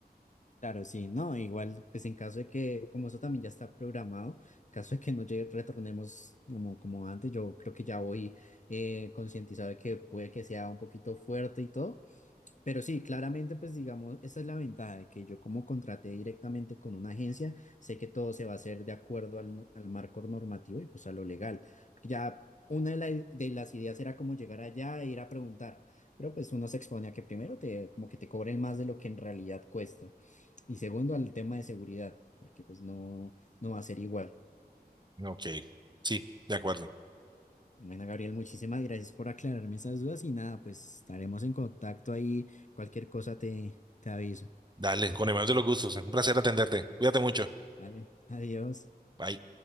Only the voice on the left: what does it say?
Claro, sí, no, igual, pues en caso de que, como eso también ya está programado, caso de que no llegue- retornemos como, como antes, yo creo que ya voy eh, concientizado de que puede que sea un poquito fuerte y todo. Pero sí, claramente, pues digamos, esa es la ventaja de que yo como contraté directamente con una agencia, sé que todo se va a hacer de acuerdo al, no- al marco normativo y pues a lo legal. Ya una de, la- de las ideas era como llegar allá e ir a preguntar, pero pues uno se expone a que primero te, como que te cobren más de lo que en realidad cuesta. Y segundo, al tema de seguridad, porque pues no, no va a ser igual.
Bueno, Gabriel, muchísimas gracias por aclararme esas dudas y nada, pues estaremos en contacto ahí. Cualquier cosa te, te aviso.
Dale, adiós.